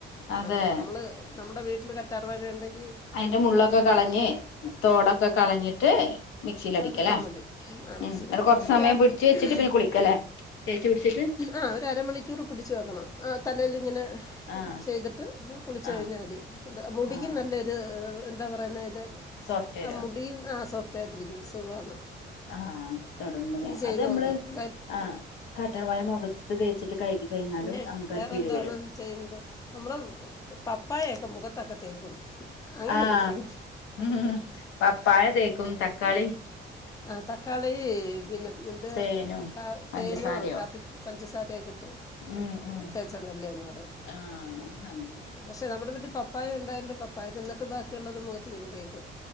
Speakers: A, on the left (about 80°); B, on the left (about 15°).
A: അതെ
B: ആഹ് നമ്മള് നമ്മുടെ വീട്ടില് കറ്റാർ വാഴ ഉണ്ടെങ്കി
A: അതിന്റെ മുള്ളൊക്കെ കളഞ്ഞ് തോടൊക്കെ കളഞ്ഞിട്ട് മിക്സിയിൽ അടിക്കാലേ
B: എടുത്താൽ മതി ആ
A: ഉം
B: മിക്സിയിലടിക്കുക
A: അന്നിട്ട് കൊറച്ചു
B: അതിൻ്റെ
A: സമയം പിടിച്ച് വെച്ചിട്ട് പിന്നെ കുളിക്കല്ലേ തേച്ചു പിടിച്ചിട്ട്
B: ആഹ് ഒരരമണിക്കൂർ പിടിച്ച് വെക്കണം ആഹ് തലേൽ ഇങ്ങനെ
A: ആഹ്
B: ചെയ്തിട്ട് കുളിച്ചു
A: ആഹ്
B: കഴിഞ്ഞാ മതി മുടിയ്ക്കും
A: ആഹ്
B: നല്ലൊരു എന്താ പറയുന്നെ ഇതേ
A: സോഫ്റ്റ്വെയറോ
B: ആഹ് മുടിയും ആഹ് സോഫ്റ്റ് ആയിട്ടിരിക്കും സുഖമാണ്
A: ആഹ് തൊടുമ്പല്ലേ
B: ഇനി ചെയ്തു
A: അത് നമ്മള്
B: നോക്ക് എന്താ
A: ആഹ് കറ്റാർവാഴ മുഖത്ത് തേച്ചിട്ട് കഴുകി കഴിഞ്ഞാലും
B: പിന്നെ
A: നമുക്കാ
B: വേറെ
A: ഒരു ഫീൽ
B: എന്താണ്
A: വരും.
B: ചെയ്യുന്നത്. നമ്മള് പപ്പായൊക്കെ മുഖത്തൊക്കെ തേക്കും. അങ്ങനൊക്കെ
A: ആഹ്
B: ചെയ്യും.
A: ഉം ഉം പപ്പായ തേക്കും. തക്കാളി
B: ആഹ് തക്കാളി പിന്നെ എന്തോ
A: തേനും
B: കാ
A: പഞ്ചസാരയോ
B: തേനോ കാപ്പി പഞ്ചസാരയൊക്കെ ഇട്ട്
A: ഉം ഉം
B: തേച്ച നല്ലേയാന്ന് പറയും
A: ആഹ് അത് നല്ലതാ
B: പക്ഷെ നമ്മുടെ വീട്ടിൽ പപ്പായ ഉണ്ടായോണ്ട് പപ്പായ തിന്നിട്ട് ബാക്കിയുള്ളത് മുഖത്തു തന്നെ തേക്കും.